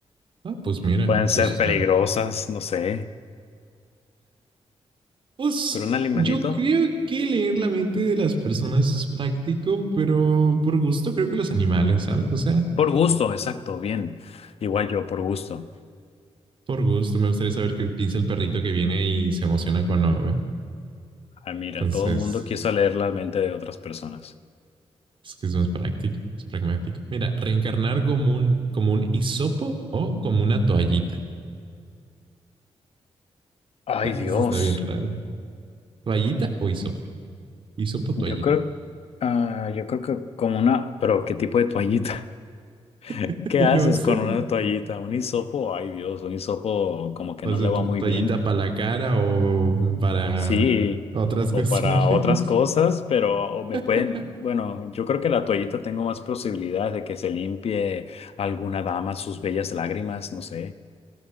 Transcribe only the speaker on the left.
pueden
ser
peligrosas,
no sé,
pero un animalito,
por gusto, exacto, bien. Igual yo, por gusto.
Ah, mira,
todo el mundo quiso leer la mente de otras personas.
Ay,
Dios.
Yo creo, ah, yo creo que con una, pero ¿qué tipo de toallita? <laughs>
¿Qué haces
con una toallita? Un hisopo, ay Dios, un hisopo como que
no
le va
muy
bien.
Sí,
o para otras cosas, pero o me pueden,
bueno, yo creo que la toallita tengo más posibilidades de que se limpie alguna dama sus bellas lágrimas, no sé.